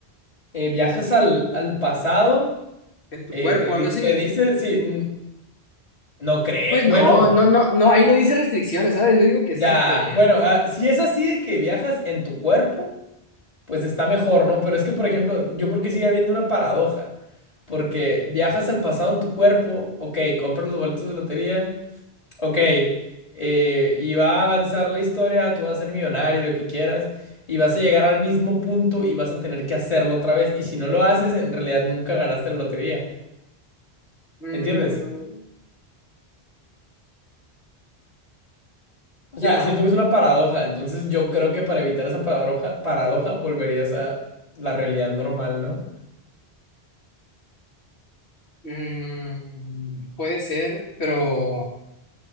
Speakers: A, on the left; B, on the left.
A: eh, viajas al, al pasado.
B: en tu
A: Eh,
B: cuerpo,
A: te, di-
B: algo así.
A: te dice, sí, mm, no creo.
B: Pues
A: Bueno,
B: no, no, no, no, ahí no dice restricciones, ¿sabes? Yo digo que
A: ya,
B: sí se podría.
A: bueno, ah, si es así de que viajas en tu cuerpo, pues está mejor, ¿no? Pero es que, por ejemplo, yo creo que sigue habiendo una paradoja, porque viajas al pasado en tu cuerpo, ok, compras los boletos de lotería, ok, eh, y va a avanzar la historia, tú vas a ser millonario, lo que quieras, y vas a llegar al mismo punto y vas a tener que hacerlo otra vez, y si no lo haces, en realidad nunca ganaste la lotería,
B: Mm,
A: ¿entiendes? O sea,
B: ya.
A: siento que es una paradoja, entonces yo creo que para evitar esa paradoja, paradoja volverías a la realidad normal, ¿no?
B: Mm, puede ser, pero